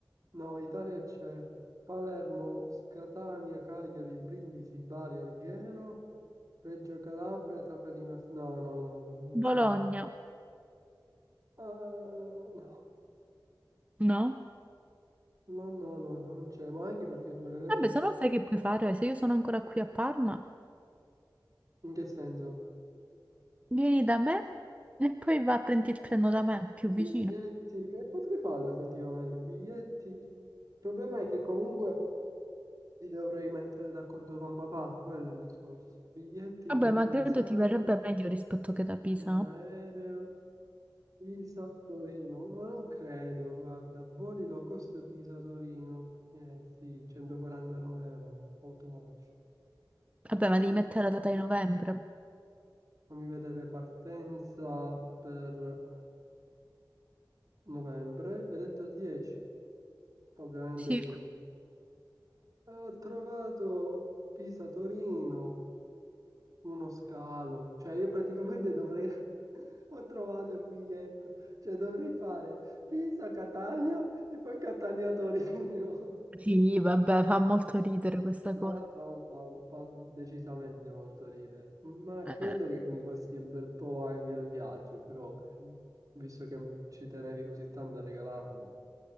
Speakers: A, on the right; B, on the right.
A: No, Italia c'è Palermo, Catania, Cagliari, Brindisi, Bari, Alghero, Reggio Calabria, Trapani, Mars- No, no, no, no, non
B: Bologna,
A: c'è. Ah, no,
B: no?
A: no, no, no, no, non c'è, ma anche perché durerebbe...
B: Vabbè, se no sai che puoi fare, se io sono ancora qui a Parma,
A: In che senso?
B: vieni da me e poi va a prendi il treno da me, più
A: Biglietti...
B: vicino.
A: E potrei farlo effettivamente, biglietti... Il problema è che comunque li dovrei mettere d'accordo con papà, quello è il discorso. Biglietti,
B: Vabbè,
A: fammi
B: ma
A: pensare,
B: credo ti verrebbe meglio rispetto che da Pisa,
A: aereo...
B: no?
A: Pisa-Torino, ma non credo, guarda, voli low cost Pisa-Torino, eh sì, 149 euro, un po' too much.
B: Vabbè, ma devi
A: Eh,
B: mettere la data di novembre.
A: Fammi vedere partenza per novembre, hai detto il 10, ovviamente
B: Sì.
A: non. Ho trovato Pisa-Torino, uno scalo, cioè io praticamente dovrei, <laughs> ho trovato il biglietto, cioè dovrei fare Pisa-Catania e poi Catania-Torino.
B: Sì, vabbè, fa molto ridere questa
A: No,
B: cosa.
A: fa, fa- fa decisamente molto ridere, ma
B: Eh,
A: credo che mi costi un bel po' anche il viaggio, però mm, visto che m- ci tenevi così tanto a regalarmelo,